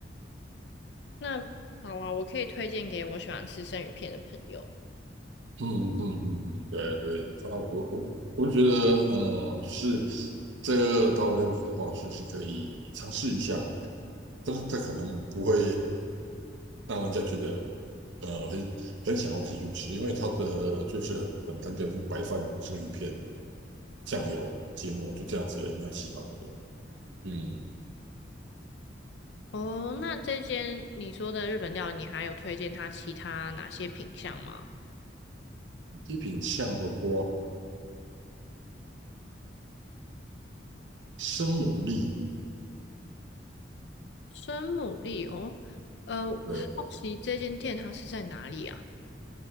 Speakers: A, on the left; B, on the right.
A: 那好啊，我可以推荐给我喜欢吃生鱼片的朋友。
B: 嗯嗯嗯，对对，它我我我就觉得呃是这个道料理的话，是是可以尝试一下，但是这可能不会让人家觉得呃很很想要继续吃，因为它的就是很单调，就是白饭、生鱼片、酱油、芥末，就这样子而已，没有其他的了。嗯。
A: 哦，那这间你说的日本料理，你还有推荐它其他哪些品相吗？
B: 一品项的话，生牡蛎，
A: 生牡蛎哦，呃，
B: 对，
A: 好奇这间店它是在哪里啊？